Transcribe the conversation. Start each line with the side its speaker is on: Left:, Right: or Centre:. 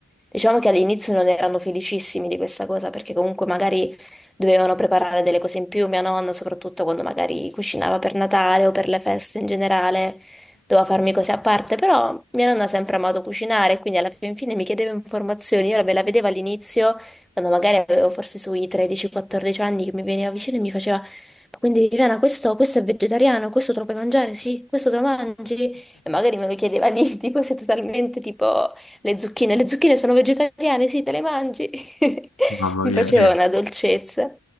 Centre: Diciamo che all'inizio non erano felicissimi di questa cosa perché comunque magari dovevano preparare delle cose in più, mia nonna, soprattutto quando magari cucinava per Natale o per le feste in generale. Devo farmi cose a parte, però mia nonna ha sempre amato cucinare, quindi alla fin fine mi chiedeva informazioni. Io ve la vedevo all'inizio, quando magari avevo forse sui 13-14 anni, che mi veniva vicino e mi faceva: Ma quindi Viviana, questo, questo è vegetariano, questo te lo puoi mangiare? Sì, questo te lo mangi? E magari me lo chiedeva di, di cose totalmente tipo le zucchine. Le zucchine sono vegetariane, sì, te le mangi? <laughs>
Left: Mamma
Centre: Mi
Left: mia.
Centre: faceva
Left: eh.
Centre: una dolcezza.